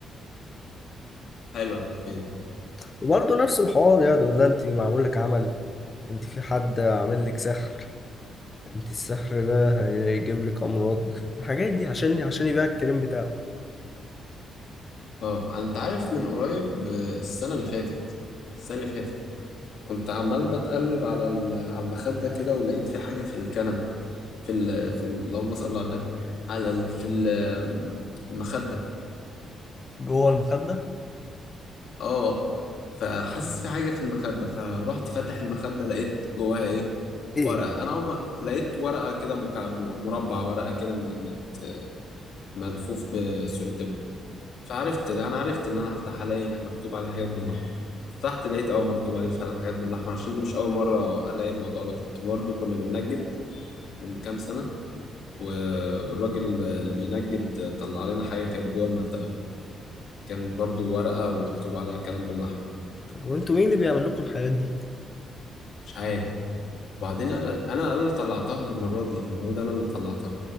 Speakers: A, on the left (about 55°); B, on the left (about 20°).
A: حلوة الحكاية دي
B: وبرضه نفس الحوار يعني يقول لها انت معمول لك عمل انت في حد عامل لك سحر انت السحر ده هيجيب لك امراض الحاجات دي عشان عشان يبيع الكريم بتاعه
A: اه انت عارف من قريب آه، السنة اللي فاتت السنة اللي فاتت كنت عمال بتقلب على ال- على المخدة كده ولقيت في حاجة في الكنبة في ال في ال- اللهم صل على النبي على ال في ال آم، المخدة
B: جوه المخدة
A: اه فحاسس في حاجة في المخدة فرحت فاتح المخدة لقيت جواها ايه
B: ايه
A: ورقة انا اول ما لقيت ورقة كده مكع- مربع ورقة كده م- مت- ملفوف بسولوتيب فعرفت انا عرفت ان انا هفتح الاقي مكتوب عليه حاجات باللحمه فتحت لقيت اه مكتوب عليه فعلا حاجات باللحمه عشان دي مش اول مره الاقي الموضوع ده كنت برضو كنا بننجد من كام سنه و... والراجل اللي بينجد طلع لنا حاجه كانت جوه المنطقه كان برضو ورقه ومكتوب عليها كلام باللحمه
B: طب وانتوا مين اللي بيعمل لكم الحاجات دي؟
A: مش عارف وبعدين انا انا اللي طلعتها المره دي المره دي انا اللي طلعتها